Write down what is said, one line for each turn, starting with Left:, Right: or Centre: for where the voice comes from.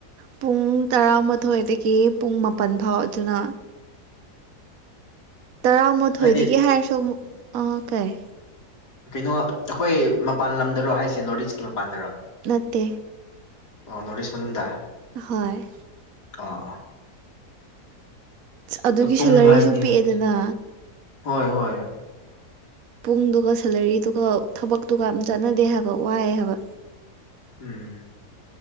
Right: ꯄꯨꯡ ꯇꯔꯥꯃꯥꯊꯣꯏꯗꯒꯤ ꯄꯨꯡ ꯃꯥꯄꯜ ꯐꯥꯎ ꯑꯗꯨꯅ ꯇꯔꯥꯃꯥꯊꯣꯏꯗꯒꯤ
Left: ꯍꯥꯏꯗꯤ
Right: ꯍꯥꯏꯔꯁꯨ ꯑꯃꯨꯛ ꯑꯥ ꯀꯩ
Left: ꯀꯩꯅꯣ ꯑꯩꯈꯣꯏ ꯃꯄꯥꯟ ꯂꯝꯗꯔꯣ ꯍꯥꯏꯁꯦ ꯅꯣ꯭ꯔꯠ ꯏꯁꯀꯤ ꯃꯄꯥꯟꯗꯔꯣ
Right: ꯅꯠꯇꯦ
Left: ꯑꯣ ꯅꯣꯔꯠ ꯏꯁ ꯃꯅꯨꯡꯗ
Right: ꯍꯣꯏ
Left: ꯑꯣꯑꯣ ꯑꯥ
Right: ꯑꯗꯨꯒꯤ
Left: ꯄꯨꯡ
Right: ꯁꯦꯂꯔꯤꯁꯨ
Left: ꯍꯥꯏꯗꯤ
Right: ꯄꯤꯛꯑꯦꯗꯅ
Left: ꯍꯣꯏ ꯍꯣꯏ
Right: ꯄꯨꯡꯗꯨꯒ ꯁꯦꯂꯔꯤꯗꯨꯒ ꯊꯕꯛꯇꯨꯒ ꯑꯃ ꯆꯥꯟꯅꯗꯦ ꯍꯥꯏꯕ ꯋꯥꯏꯑ ꯍꯥꯏꯕ
Left: ꯎꯝ